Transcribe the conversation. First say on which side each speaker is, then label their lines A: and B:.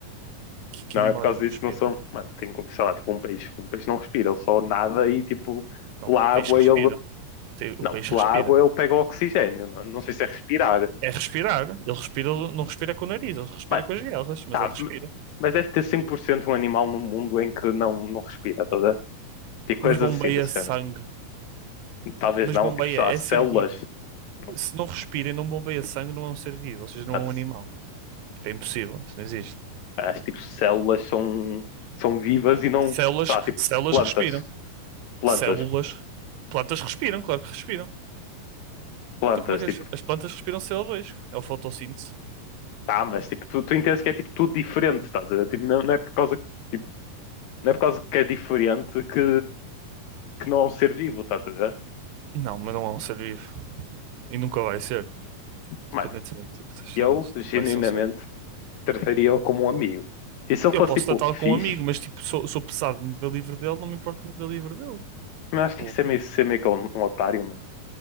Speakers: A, on the right; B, on the left.
A: Que, que
B: Não
A: animal
B: é por causa
A: é que não
B: disso,
A: respira?
B: não são, mano, tem, como, sei lá, tipo, um peixe. Um peixe não respira, ele só nada e, tipo,
A: Não,
B: pela
A: o
B: água
A: peixe respira.
B: ele,
A: Tem- O
B: não,
A: peixe
B: pela
A: respira.
B: água ele pega o oxigênio, não, não sei se é respirar.
A: É respirar. Ele respira, não respira com o nariz, ele respira
B: Mano,
A: com as guerras, mas
B: Tá,
A: ele respira.
B: m- mas deve ter 100% um animal no mundo em que não, não respira, toda. Tipo
A: Mas
B: coisas
A: bombeia
B: assim desse
A: sangue.
B: género. Talvez
A: Mas
B: não,
A: bombeia,
B: tipo, só
A: é
B: as células,
A: ser vivo.
B: não-
A: Se não respira e não bombeia sangue, não é um ser vivo, ou seja, não
B: mas
A: é um animal. Tipo, é impossível, isso não existe.
B: as tipo células são, são vivas e não,
A: Células,
B: sei lá, tipo,
A: células
B: plantas,
A: respiram.
B: plantas,
A: Células, plantas respiram, claro que respiram.
B: plantas,
A: Então como é que
B: tipo,
A: as, as plantas respiram CO2? É o fotossíntese.
B: tá, mas tipo, tu, tu entendes que é tipo tudo diferente, estás a ver? Tipo, não, não é por causa, tipo, não é por causa que é diferente que, que não é um ser vivo, estás a ver?
A: Não, mas não é um ser vivo. E nunca vai ser. Independentemente,
B: Mano,
A: tipo, essas cenas.
B: eu genuinamente
A: Não vai ser um ser vivo.
B: trataria-o como um amigo. E se ele
A: Eu
B: fosse
A: posso
B: tipo
A: tratá-lo
B: fixe,
A: com um amigo, mas, tipo, sou, sou pesado de me ver livre dele, não me importo de me ver livre dele.
B: Mas
A: Tipo,
B: acho que isso é meio ser meio que um, um otário, mano.